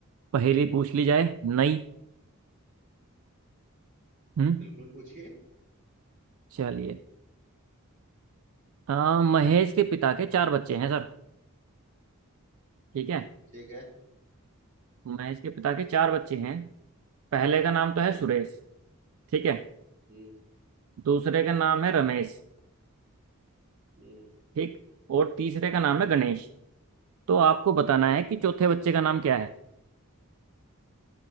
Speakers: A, on the right (about 75°); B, on the right (about 40°).
A: पहेली पूछ ली जाए नई हम्म
B: बिल्कुल पूछिए
A: चलिए आ, महेश के पिता के चार बच्चे हैं सर ठीक है
B: ठीक है
A: महेश के पिता के चार बच्चे हैं पहले का नाम तो
B: ठीक
A: है
B: है
A: सुरेश ठीक है
B: हम्म
A: दूसरे का नाम है रमेश
B: हम्म
A: ठीक और तीसरे का नाम है गणेश तो आपको बताना
B: हम्म
A: है कि चौथे बच्चे का नाम क्या है